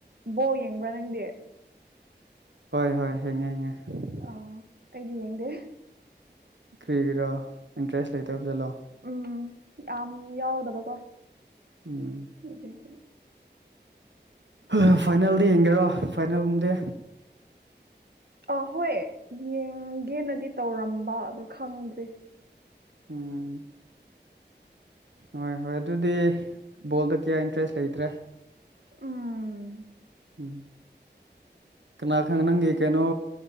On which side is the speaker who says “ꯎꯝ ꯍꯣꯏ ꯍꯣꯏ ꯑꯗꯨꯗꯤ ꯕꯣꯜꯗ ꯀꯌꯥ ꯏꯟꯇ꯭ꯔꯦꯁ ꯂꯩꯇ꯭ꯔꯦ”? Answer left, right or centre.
Right